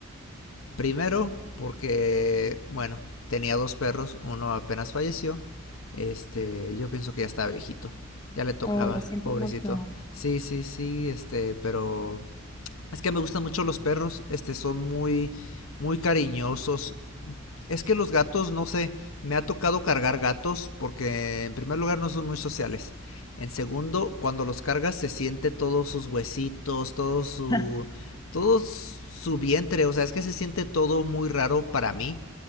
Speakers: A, on the left; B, on the left.
A: Primero, porque, bueno, tenía dos perros, uno apenas falleció. Este, yo pienso que ya estaba viejito. Ya le tocaba,
B: Oh, lo siento
A: pobrecito.
B: mucho.
A: Sí, sí, sí, este, pero es que me gustan mucho los perros, este, son muy, muy cariñosos, Es que los gatos, no sé, me ha tocado cargar gatos porque en primer lugar no son muy sociales. En segundo, cuando los cargas se siente todos sus huesitos, todo su
B: <laughs>
A: todo su vientre, o sea, es que se siente todo muy raro para mí